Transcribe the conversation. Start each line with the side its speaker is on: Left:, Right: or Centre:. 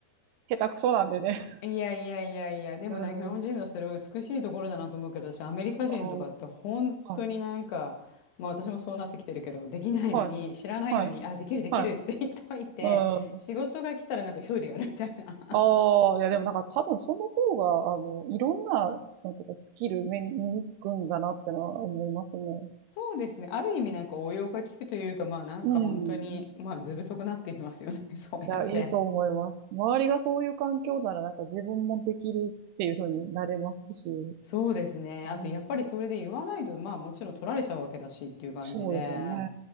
Right: 下手くそなんでね。
Left: いやいやいやいや、でもなんか日本人のそれは美しいところだなと思うけど、
Right: うん、
Left: 私アメリカ人とかって本当になんか、
Right: ああ、はい、
Left: まあ私もそうなってきてるけど、できないのに、
Right: はい、
Left: 知らないのに、
Right: はい、
Left: あ、できるできるって言っといて、
Right: はい、うん。
Left: 仕事が来たらなんか急いでやるみたいな。
Right: ああ、いやでもなんか多分その方が、あの、いろんな、なんていうか、スキル身身につくんだなってのは思いますね。
Left: そうですね。ある意味なんか応用が効くというか、まあなんか本当に、
Right: うん。
Left: まあ図太くなっていきますよね。<laughs> そうやって。
Right: いや、いいと思います。周りがそういう環境なら、なんか自分もできるっていう風になれますし。う
Left: そうですね。あとやっぱりそれで言わないと、
Right: ん
Left: まあもちろん取られちゃうわけだしっていう感じで、
Right: そうですよね。